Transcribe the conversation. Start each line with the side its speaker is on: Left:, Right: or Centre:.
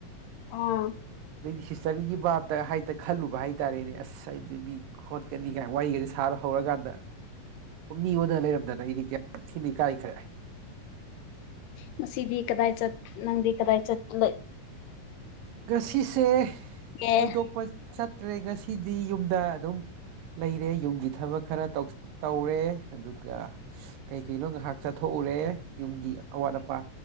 Left: ꯎꯝ
Right: ꯍꯤꯁꯇꯔꯤꯒꯤ ꯕꯥꯞꯇ ꯍꯥꯏꯗ ꯈꯜꯂꯨꯕ ꯍꯥꯏꯇꯥꯔꯦꯅꯦ ꯑꯁ ꯍꯥꯏꯗꯤ ꯃꯤ ꯈꯣꯠꯀꯅꯤꯒꯥꯏ ꯋꯥꯔꯤꯒꯗꯤ ꯁꯥꯔ ꯍꯧꯔꯀꯥꯟꯗ ꯃꯤ ꯑꯣꯟꯅ ꯂꯩꯔꯝꯗꯅ ꯑꯩꯗꯤ ꯀꯌꯥꯝ ꯊꯤꯗꯤ ꯏꯀꯥꯈ꯭ꯔꯦ
Left: ꯉꯁꯤꯗꯤ ꯀꯗꯥꯏ ꯆꯠ ꯅꯪꯗꯤ ꯀꯗꯥꯏ ꯆꯠ ꯂꯩ
Right: ꯉꯁꯤꯁꯦ
Left: ꯑꯦ
Right: ꯊꯣꯏꯗꯣꯛꯄ ꯆꯠꯇ꯭ꯔꯦ ꯉꯁꯤꯗꯤ ꯌꯨꯝꯗ ꯑꯗꯨꯝ ꯂꯩꯔꯦ ꯌꯨꯝꯒꯤ ꯊꯕꯛ ꯈꯔ ꯇꯧꯔꯦ ꯑꯗꯨꯒ ꯀꯩ ꯀꯩꯅꯣ ꯉꯥꯏꯍꯥꯛ ꯆꯠꯊꯣꯛꯎꯔꯦ ꯌꯨꯝꯒꯤ ꯑꯋꯥꯠ ꯑꯄꯥ